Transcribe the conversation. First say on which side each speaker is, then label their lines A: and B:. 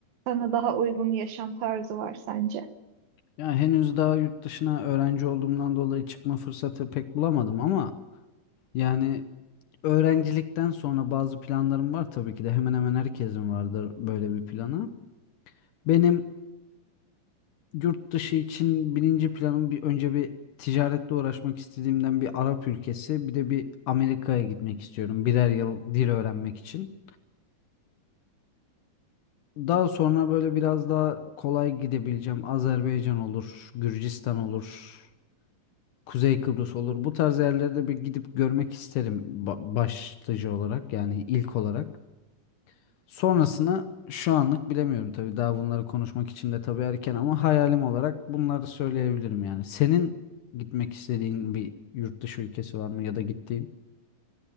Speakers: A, on the right; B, on the left.
A: sana daha uygun yaşam tarzı var sence?
B: Ya henüz daha yurt dışına öğrenci olduğumdan dolayı çıkma fırsatı pek bulamadım ama yani Öğrencilikten sonra bazı planlarım var tabii ki de hemen hemen herkesin vardır böyle bir planı. Benim yurt dışı için birinci planım bir önce bir ticaretle uğraşmak istediğimden bir Arap ülkesi bir de bir Amerika'ya gitmek istiyorum birer yıl dil öğrenmek için. Daha sonra böyle biraz daha kolay gidebileceğim Azerbaycan olur, Gürcistan olur, Kuzey Kıbrıs olur. Bu tarz yerlere de bir gidip görmek isterim ba- başlıca olarak yani ilk olarak. Sonrasını şu anlık bilemiyorum tabii. Daha bunları konuşmak için de tabii erken ama hayalim olarak bunları söyleyebilirim yani. Senin gitmek istediğin bir yurt dışı ülkesi var mı ya da gittiğin?